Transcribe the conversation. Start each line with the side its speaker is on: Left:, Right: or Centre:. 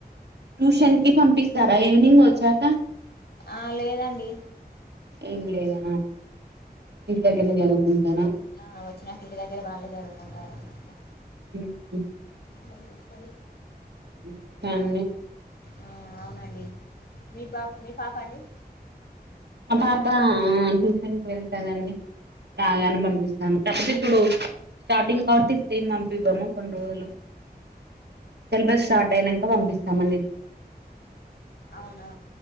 Right: ట్యూషన్ కి పంపిస్తారా ఈవినింగ్ ఒచ్చాక
Left: ఆ లేదండి
Right: ఏం లేదా ఇంటి దగ్గరనె జదువుకుంటారా
Left: ఆ ఒచ్చినాక్ ఇంటి దగ్గర వాళ్ళే జదువుకుంటారన్ మాట
Right: ఉ హు
Left: అలా సర
Right: ఉ కన్నీ
Left: ఆ అవునండి మీ పాప్ మీ పాపండి
Right: మా పాప ఆ ట్యూషన్కి వెళ్తదండి రాగానే పంపిస్తాను కాపోత్ ఇప్పుడు స్టాపింగ్ కావటి సీం పంపివమ్ము కొన్ని రోజులు సిలబస్ స్టార్ట్ అయినంక వంపిస్తామండి
Left: అవున